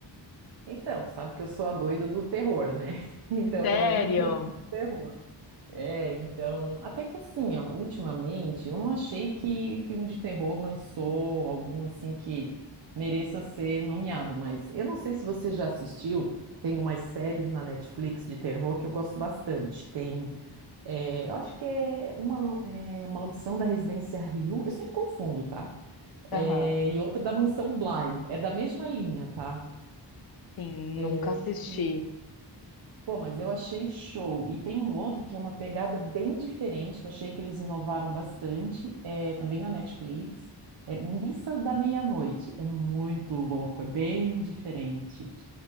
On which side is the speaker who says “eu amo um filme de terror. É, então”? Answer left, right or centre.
Right